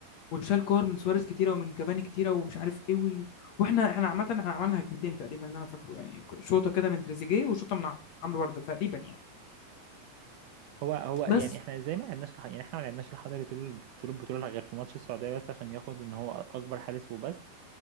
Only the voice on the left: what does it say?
وشال كور من سواريز كتيره ومن كافاني كتيره ومش عارف ايه و... واحنا احنا عامه احنا عملنا هجمتين تقريبا اللي انا فاكره يعني شوطه كده من تريزيجيه وشوطه من عمرو برده تقريبا يعني
بس